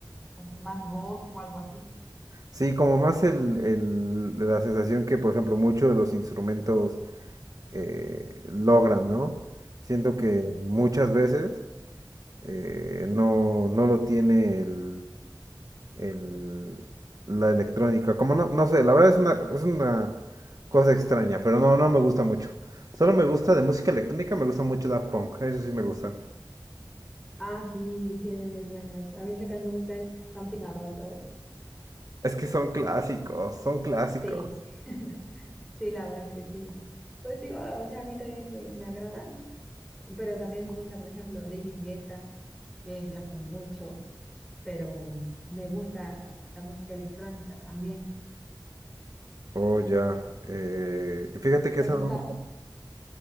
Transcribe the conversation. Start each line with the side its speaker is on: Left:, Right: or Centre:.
Centre: ¿Con que más voz o algo así?
Right: Sí, como más el, el- la sensación que, por ejemplo, muchos de los instrumentos eh, logran, ¿no? Siento que muchas veces eh, no, no lo tiene el, el- la electrónica. Como no, no sé, la verdad es una, es una cosa extraña, pero no, no me gusta mucho. Solo me gusta de música electrónica, me gusta mucho Daft Punk, eso sí me gustan.
Centre: Ah, sí, tiene muy buenas. A mí la que más me gusta es Something About Us.
Right: Es que son clásicos, son clásicos.
Centre: Sí, <laughs> sí, la verdad que sí. Pues digo, o sea, a mí también me, me agradan, pero también me gusta, por ejemplo, David Guetta, que es de hace mucho, pero me gusta la música electrónica también.
Right: Oh, ya. eh, fíjate que
Centre: ¿Te
Right: esa
Centre: gusta?
Right: no me gusta.